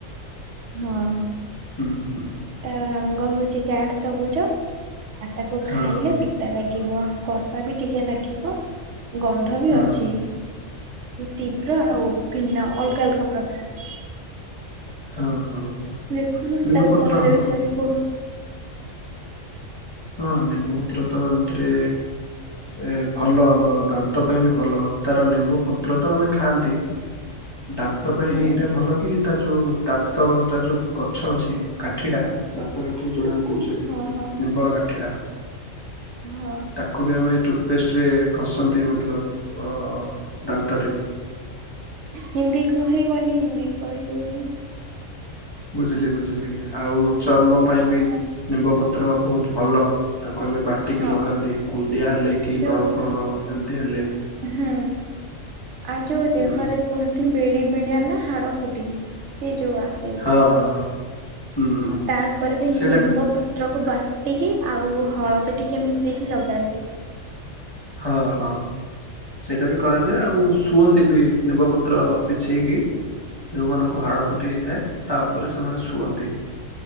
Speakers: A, on the right; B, on the left.
A: ହଁ।
B: <inaudible>
A: ତା ରଙ୍ଗ ହଉଛି ଗାଢ ସବୁଜ ଆଉ ତାକୁ
B: ହଁ
A: ଖାଇଲେ ପି ତା ଲାଗିବ କଷା ବି ଟିକେ ଲାଗିବ ଗନ୍ଧ ବି
B: ହଁ
A: ଅଛି। ତୀବ୍ର ଆଉ ଭିନ୍ନ ଅଲଗା ଅଲଗା ପ୍ରକାର।
B: ହଁ ହଁ ହଁ।
A: ଦେଖୁନ
B: ନିମ୍ବ
A: ତା
B: ପତ୍ର
A: ଉପକାର
B: ହଁ
A: ବିଷୟରେ କୁହ?
B: ହଁ, ନିମ୍ବ ପତ୍ର ଏମିତିରେ ଏ ଭଲ ଆମର ଦାନ୍ତ ପାଇଁ ବି ଭଲ। ତାର ନିମ୍ବ ପତ୍ର ତ ଆମେ ଖାଆନ୍ତି। ଦାନ୍ତ ପାଇଁ
A: ହୁଁ
B: ଏଇଟା ଭଲବି ତା ଯୋଉ ଦାନ୍ତ ତା ଯୋଉ ଗଛ ଅଛି କାଠିଟା ଦାନ୍ତ କାଠି ଯୋଉଟାମ କହୁଚେ
A: ହଁ ହଁ
B: ନିମ୍ବର କାଠିଡ଼ା
A: ହଁ।
B: ତାକୁ ବି ଆମେ ଟୁଥପେଷ୍ଟରେ ଘଷନ୍ତି ମତଲବ ଓ‌ ଦାନ୍ତରେ।
A: ହିନ୍ଦୀ କହିବନି ହିନ୍ଦୀ କହିବନି।
B: ବୁଝିଲି, ବୁଝିଲି, ଆଉ ଚର୍ମ ପାଇଁ
A: ହଁ
B: ବି ନିମ୍ବପତ୍ର ବହୁତ ଭଲ। ତାକୁ ଆମେ ବାଟିକି
A: ହଁ
B: ଲଗାନ୍ତି କୁଣ୍ଡିଆ ହେଲେ କି
A: ଯୋଉ
B: ବ୍ରଣ ଫ୍ରଣ ଏମିତି ହେଲେ।
A: ହୁଁ ଆ ଯୋଉ
B: ହୁଁ
A: ଦେହରେ କୁହନ୍ତି, ମିଳିମିଳିଆ ନା ହାଡ ଫୁଟି ସିଏ ଯୋଉ ଆସେ
B: ହଁ ହଁ। ହୁଁ
A: ହଁ, ତା ଉପରେ ବି
B: ସେଇଟା
A: ନିମ୍ବ ପତ୍ରକୁ ବାଟିକି ଆଉ ହଳଦୀ ଟିକେ ମିଶେଇକି ଲଗାନ୍ତି।
B: ହଁ, ହଁ, ସେଇଟା ବି କରାଯାଏ, ଆଉ ଶୁଅନ୍ତି ବି ନିମ୍ବପତ୍ର ପତ୍ର ବିଛେଇକି ଯୋଉମାନଙ୍କୁ ହାଡ଼ ଫୁଟି ହେଇଥାଏ ତା ଉପରେ ସେମାନେ ଶୁଅନ୍ତି।